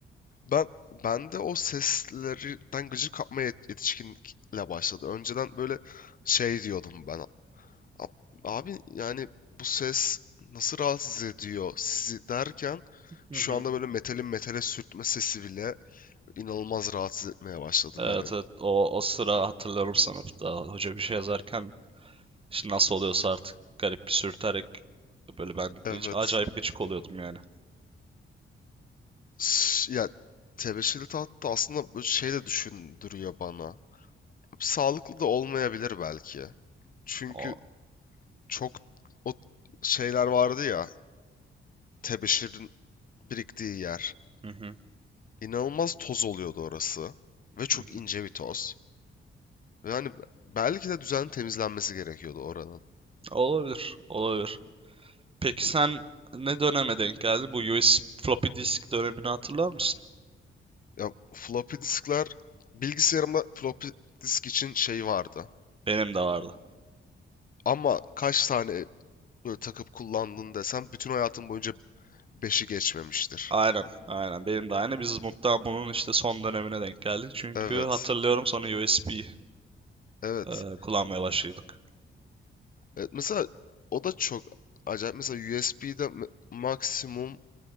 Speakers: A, on the left; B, on the right.
A: Ben ben de o seslerden gıcık kapma yet- yetişkinlikle başladı. Önceden böyle şey diyordum ben. "A- Abi yani bu ses nasıl rahatsız ediyor sizi derken
B: Hı
A: şu
B: hı.
A: anda böyle metalin metale sürtme sesi bile inanılmaz rahatsız etmeye başladı
B: Evet
A: beni.
B: evet o, o sıra hatırlıyorum sınıfta. Hoca bir şey yazarken işte nasıl oluyorsa artık garip bir sürterek böyle ben
A: Evet.
B: hiç- acayip gıcık oluyordum yani.
A: S- Ya tebeşirli tahta aslında bu şey de düşündürüyor bana. Sağlıklı da olmayabilir belki. Çünkü
B: O,
A: çok o şeyler vardı ya tebeşirin biriktiği yer.
B: Hı hı.
A: İnanılmaz toz oluyordu orası. Ve çok
B: Hı hı.
A: ince bir toz. Ve hani belki de düzenli temizlenmesi gerekiyordu oranın.
B: olabilir olabilir. Peki sen ne döneme denk geldin? Bu USB floppy disk dönemini hatırlar mısın?
A: Ya floppy diskler bilgisayarımda floppy disk için şey vardı.
B: Benim de vardı.
A: Ama kaç tane böyle takıp kullandın desem bütün hayatım boyunca beşi geçmemiştir.
B: Aynen, aynen. Benim de aynı. Biz mutlaka bunun işte son dönemine denk geldik. Çünkü
A: Evet.
B: hatırlıyorum sonra USB
A: Evet.
B: e, kullanmaya başladık.
A: Evet. Mesela o da çok acayip. Mesela USB'de maksimum